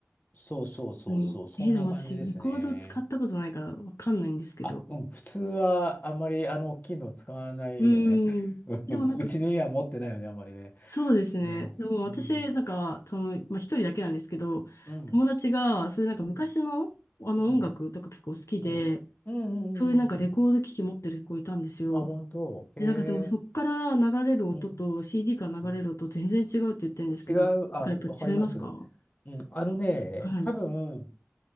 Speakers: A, on the left (about 40°); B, on the left (about 75°).
A: そうそうそうそう、
B: うん。
A: そんな感じですね。
B: えーでも私、レコード使ったことないからわかんないんですけど。
A: あ、うん、普通はあんまりあの大きいの使わないよね。
B: うーん。
A: <laughs>
B: でもなんか、
A: うんうちには持ってないよね、あんまりね。
B: そうですね。
A: うん、
B: でも私、
A: うん、
B: なんか、その、まあ、一人だけなんですけど、
A: うん、
B: 友達が、そういうなんか昔の、
A: うん。
B: あの音楽とか結構好きで、
A: うんうん。うんうんうんうん。
B: そういうなんかレコード機器持ってる子いたんですよ。
A: あ、本当。へえ。
B: で、なんかでもそっから流れる音と
A: うん。
B: CD から流れる音全然違うって言ってるんですけど、
A: うん。違う。あ、
B: なんかやっぱ違いますか
A: わかります。うん。あのね、
B: あ <laughs> はい。
A: 多分、